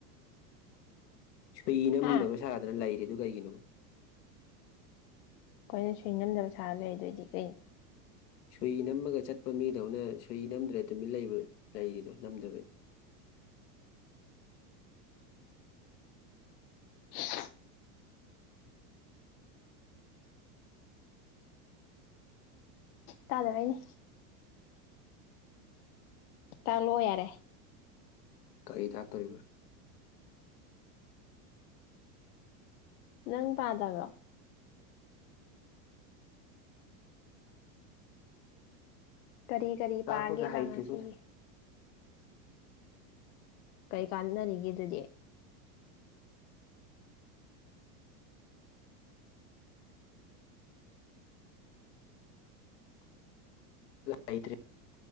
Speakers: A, on the left (about 85°); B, on the left (about 70°).
A: ꯁꯨꯏ ꯅꯝꯗꯕ
B: ꯍꯥ
A: ꯁꯥꯗꯅ ꯂꯩꯔꯤꯗꯨ ꯀꯩꯒꯤꯅꯣ
B: ꯑꯩꯈꯣꯏꯅ ꯁꯨꯏ ꯅꯝꯗꯕ ꯁꯥꯔ ꯂꯩꯗꯣꯏꯗꯤ ꯀꯩꯅꯣ
A: ꯁꯨꯏ ꯅꯝꯃꯒ ꯆꯠꯄ ꯃꯤꯗꯧꯅ ꯁꯨꯏ ꯅꯝꯗ꯭ꯔꯦ ꯇꯨꯃꯤꯠ ꯂꯩꯕ ꯂꯩꯔꯤꯗꯣ ꯅꯝꯗꯕꯩ
B: <inaudible> ꯇꯥꯗꯕꯅꯤ ꯇꯥꯛ ꯂꯣ ꯌꯥꯔꯦ
A: ꯀꯔꯤ ꯇꯥꯛꯇꯣꯔꯤꯕ
B: ꯅꯪ ꯄꯥꯗꯕ꯭ꯔꯣ ꯀꯔꯤ ꯀꯔꯤ
A: ꯇꯥꯛꯄꯒ
B: ꯄꯥꯒꯦꯕ
A: ꯍꯩꯇ꯭ꯔꯤꯁꯦ
B: ꯉꯁꯤꯒꯤ ꯀꯩ ꯀꯥꯟꯅꯔꯤꯒꯦ ꯑꯗꯨꯗꯤ
A: ꯂꯩꯇ꯭ꯔꯦ